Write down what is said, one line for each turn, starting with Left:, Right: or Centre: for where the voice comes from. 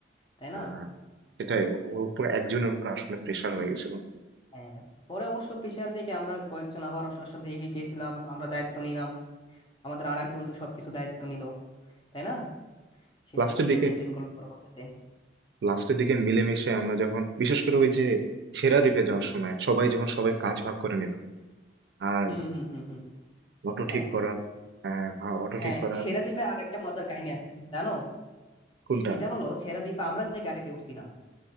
Left: তাই
Right: হ্যাঁ
Left: না
Right: সেটাই ওর উপর একজনের উপর আসলে প্রেশার হয়ে গেছিল
Left: হ্যাঁ পরে অবশ্য প্রেশার দেখে আমরা কয়েকজন আবার ওর সাথে এগিয়ে গিয়েছিলাম আমরা দায়িত্ব নিলাম আমাদের আর এক বন্ধু সবকিছু দায়িত্ব নিল তাই না সে
Right: লাস্টের
Left: সবকিছু
Right: দিকে
Left: মেনটেন করলো পরবর্তীতে
Right: লাস্টের দিকে মিলেমিশে আমরা যখন বিশেষ করে ওই যে ছেড়া দ্বীপে যাওয়ার সময় সবাই যখন সবাই কাজ ভাগ করে নিলাম আর
Left: হুম হুম হুম হুম
Right: অটো
Left: হ্যাঁ
Right: ঠিক করা হ্যাঁ ভা- অটো
Left: হ্যাঁ
Right: ঠিক করা
Left: সেরাদ্বীপে আরেকটা মজার কাহিনী আছে তুমি জানো
Right: কোনটা
Left: সেটা হলো সেরাদ্বীপে আমরা যে গাড়িতে উঠছিলাম